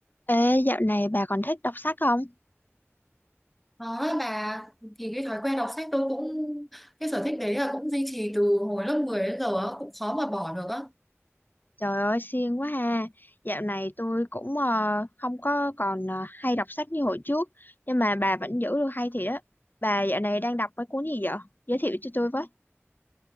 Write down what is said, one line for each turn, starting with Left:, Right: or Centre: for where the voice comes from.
Left: Ê, dạo này bà còn thích đọc sách không?
Centre: Đó bà thì cái thói quen đọc sách tôi cũng cái sở thích đấy là cũng duy trì từ hồi lớp 10 đến giờ á, cũng khó mà bỏ được á.
Left: Trời ơi, siêng quá ha. Dạo này tôi cũng ờ, không có còn ờ, hay đọc sách như hồi trước, nhưng mà bà vẫn giữ được hay thiệt đó. Bà dạo này đang đọc mấy cuốn gì vậy? Giới thiệu cho tôi với.